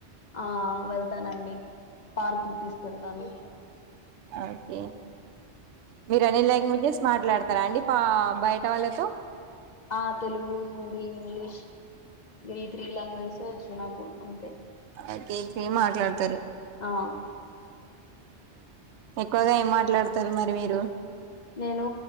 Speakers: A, on the left; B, on the right.
A: ఆ వెళ్తానండి పార్క్తీసుకెళ్తాను
B: ఓకే మీరు అనే నేల్ లాంగ్వేజెస్ మాట్లాడతారా అండి పా బయట వాళ్ళతో
A: ఆ తెలుగు హిందీ ఇంగ్లీష్ ఈ త్రీ లాంగ్వేజెస్ వచ్చు నాకు అంతే
B: అదైతే మాట్లాడతారు
A: ఆ
B: ఎక్కువగా ఏం మాట్లాడు వత్తరు మరి మీరు
A: నేను